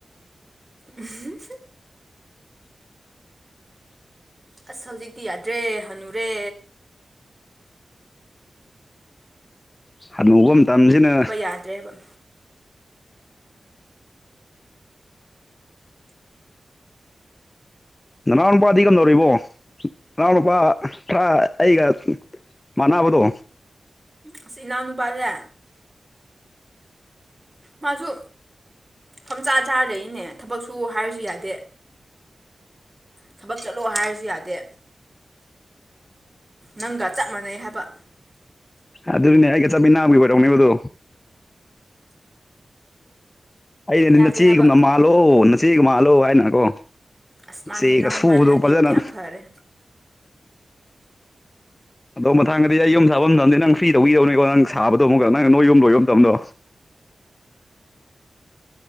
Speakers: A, on the right; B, on the left.
A: ꯎꯝ ꯑꯁ ꯍꯧꯖꯤꯛꯇꯤ ꯌꯥꯗ꯭ꯔꯦ ꯍꯜꯅꯨꯔꯦ
B: ꯍꯅꯨꯕ ꯃꯇꯝꯁꯤꯅ
A: ꯌꯥꯗ꯭ꯔꯦꯕꯥꯥ
B: ꯅꯅꯥꯎ ꯅꯨꯄꯥꯗꯤ ꯀꯝꯗꯧꯔꯤꯕꯅꯣ ꯅꯅꯥꯎ ꯅꯨꯨꯄꯥ ꯈꯔꯥ ꯑꯩꯒ ꯃꯅꯥꯕꯗꯣ
A: ꯑꯁ ꯏꯅꯥꯎꯅꯨꯄꯥꯁꯦ ꯃꯥꯁꯨ ꯐꯝꯆꯥ ꯆꯥꯔ ꯂꯩꯌꯦꯅꯦ ꯊꯕꯛ ꯁꯨ ꯍꯥꯏꯔꯁꯨ ꯌꯥꯗꯦ ꯊꯕꯛ ꯆꯠꯂꯣ ꯍꯥꯏꯔꯁꯨ ꯌꯥꯗꯦ ꯅꯪꯒ ꯆꯞ ꯃꯥꯟꯅꯩ ꯍꯥꯏꯕ
B: ꯑꯗꯨꯅꯦ ꯑꯩꯒ ꯆꯥꯃꯤꯟꯅꯥꯕꯒꯤ ꯑꯣꯏꯔꯝꯒꯅꯤꯕꯗꯣ ꯑꯩꯅꯗꯤ
A: ꯌꯥꯗꯦ
B: ꯅꯆꯦꯒꯨꯝꯅ
A: ꯍꯥꯏꯕ
B: ꯃꯥꯜꯂꯣ ꯅꯆꯦꯒ ꯃꯥꯜꯂꯣ ꯍꯥꯏꯅꯀꯣ
A: ꯑꯁ ꯃꯥꯅꯦ
B: ꯆꯦ
A: ꯅꯪ
B: ꯑꯁꯨꯕꯗꯨꯣ
A: ꯑꯗꯨꯃꯥꯏꯅ ꯍꯥꯏꯕꯤꯕꯗꯣ
B: ꯐꯖꯅ
A: ꯌꯥꯝ ꯐꯔꯦ
B: ꯑꯗꯣ ꯃꯊꯥꯡꯗꯗꯤ ꯑꯩ ꯌꯨꯝ ꯁꯥꯕ ꯉꯝꯗꯦ ꯅꯪ ꯐ꯭ꯔꯤ ꯇꯧꯕꯤꯗꯧꯅꯤꯀꯣ ꯅꯪ ꯁꯥꯕꯗꯣ ꯑꯃꯨꯛꯀ ꯅꯪ ꯅꯣꯏ ꯌꯨꯝ ꯂꯣꯏꯕ ꯃꯇꯝꯗꯣ